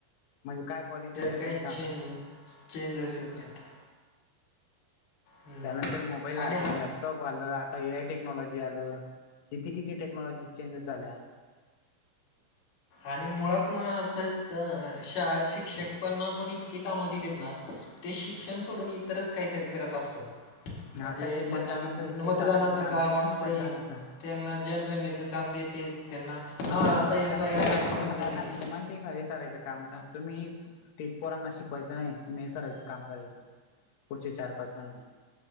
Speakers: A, on the left; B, on the left.
A: म्हणजे काय क्वालिटी
B: त्यात
A: राहील
B: काही
A: तुम्ही सांगा.
B: चेंज चेंजेसच नाहीत. हम्म
A: त्यानंतर मोबाईल आलं
B: आणि आ-
A: लॅपॉप लॅपटॉप आलं, आता ए आय टेक्नॉलॉजी आलं, किती किती टेक्नॉलॉजी चेंजेस झाल्या.
B: आणि मुळात मता आत्ता अ शाळेत शिक्षक पांना पण इतकी काम दिलेत ना ते शिक्षण सोडून इतरच काहीतरी करत असतात. म्हणजे
A: आता हे मतदानाचं
B: त्यांना मतदानाचं
A: एस आर आयचं
B: काम
A: दिलंय
B: असतंय.
A: ना मतदानाचं
B: त्यांना जनगणनेचं काम देते त्यांना
A: मग
B: हा
A: त्यांना
B: आता
A: मतदानाचं
B: आय आरचं
A: काम त्यांना
B: पण दिले.
A: काय सांगितलं माहितिय हे साररायचं काम होता तुम्ही पोरांना शिकवायचं नाही, तुम्ही हे सारायचं काम करायचं. पुढचे चार पाच महिने.